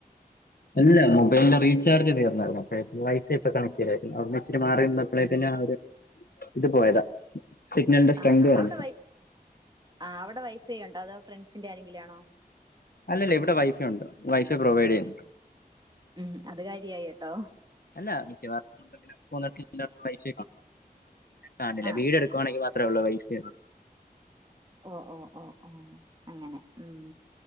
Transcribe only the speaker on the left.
അല്ല മൊബൈലിന്റെ റീചാർജ് തി ർന്നായിരുന്നു അപ്പോ വൈഫൈ ഒക്കെ കണക്ട് ചെയതായിരുന്നു അവിടെന്ന് ഇച്ചിരിമാറി അപ്പളേക്കും തന്നെ ആഹ് ഒര് ഇത് പോയതാ സിഗ്നലിന്റെ സ്ട്രെങ്ത്
കുറഞ്ഞു
അല്ല ഇവിടെ വൈഫൈ ഉണ്ട് വൈഫൈ പ്രൊവൈഡ് ചെയ്യുന്നു
അല്ല മിക്കവാറും <unintelligible> പൈസ കാണില്ല
വീട് എടുക്കണേങ്കെ മാത്രമ ഉള്ളൂ വൈഫൈ